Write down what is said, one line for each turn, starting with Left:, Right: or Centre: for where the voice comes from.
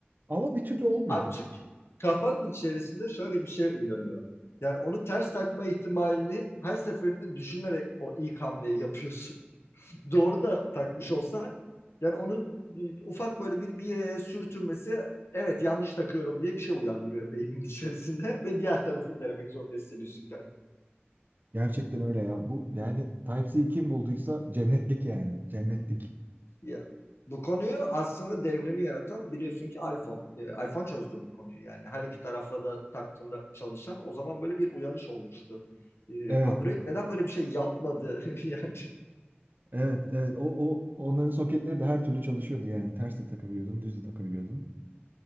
Right: Ama bir türlü olmuyor.
Left: Abi çünkü kafanın içerisinde şöyle bir şey uyanıyor. Yani onu ters takma ihtimalini her seferinde düşünerek o ilk hamleyi yapıyorsun. <laughs> Doğru da takmış olsan yani onun e, ufak böyle bir, bir yere sürtünmesi evet yanlış takıyorum diye bir şey uyandırıyor beynin içerisinde <laughs> ve diğer tarafını denemek zorunda hissediyorsun kendini.
Right: Gerçekten öyle ya. Bu yani Type-C kim bulduysa cennetlik yani. Cennetlik.
Left: Ya, bu konuyu aslında devrimi yaratan biliyorsun ki iPhone. Ee, iPhone çözdü bu konuyu yani. Her iki tarafla da taktığında çalışan o zaman böyle bir uyanış olmuştu. Ee,
Right: Evet,
Left: Android neden böyle bir şey yapmadı <laughs> yani.
Right: evet, evet. O, o onların soketleri de her türlü çalışıyordu yani. Ters de takabiliyordun, düz de takabiliyordun.